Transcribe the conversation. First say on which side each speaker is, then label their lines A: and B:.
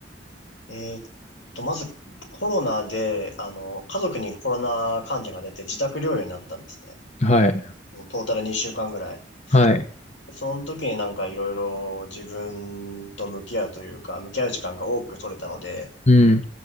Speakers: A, on the left; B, on the left.
A: えーっと、まずコロナで、あの、家族にコロナ患者が出て自宅療養になったんですね。
B: はい。
A: もうトータル2週間ぐらい。
B: はい。
A: でその時になんかいろいろ自分と向き合うというか、向き合う時間が多く取れたので、
B: うん。